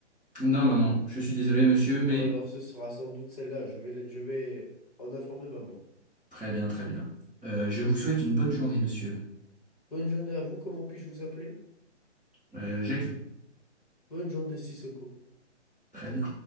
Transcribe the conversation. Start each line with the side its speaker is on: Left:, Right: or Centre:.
Centre: Non, non, non, je suis désolé, monsieur,
Left: Bon,
Centre: mais
Left: alors ce sera sans doute celle-là. Je vais, la- je vais en informer maman.
Centre: très bien, très bien. Euh, je vous souhaite une bonne journée, monsieur.
Left: Bonne journée à vous. Comment puis-je vous appeler?
Centre: Euh, Jackie,
Left: Bonne journée, Sissoko.
Centre: très bien.